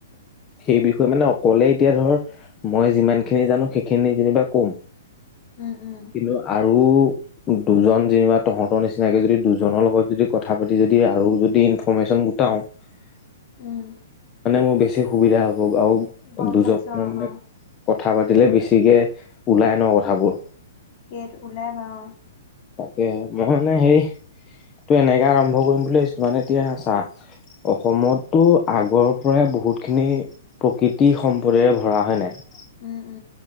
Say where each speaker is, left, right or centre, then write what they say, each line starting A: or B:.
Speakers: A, on the left; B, on the left.
A: সেই বিষয়ে মানে অকলে এতিয়া ধৰক, মই যিমানখিনি জানো সেইখিনি যেনিবা কম
B: উম, উম।
A: কিন্তু আৰু দুজন যেনিবা, তহঁতৰ নিচিনাকৈ যদি দুজনৰ লগত যদি, কথা পাতি যদি আৰু যদি ইনফৰমেশ্যন গোটাও মানে
B: উম
A: মোৰ বেছি সুবিধা হ'ব। আৰু
B: গম
A: দুজনৰ
B: পাইছো অ
A: মানে
B: অ
A: কথা পাতিলে বেছিকেই ওলাই ন' কথাবোৰ
B: ইয়াত ওলাই বাৰু।
A: তাকে, মই মানে হেৰি, সেইটো এনেকে আৰম্ভ কৰিম বুলি ভাবিছোঁ। মানে এতিয়া চা অসমতটো আগৰ পৰাই বহুতখিনি প্ৰাকৃতিক সম্পদেৰে ভৰা। হয় নে নাই?
B: উম, উম।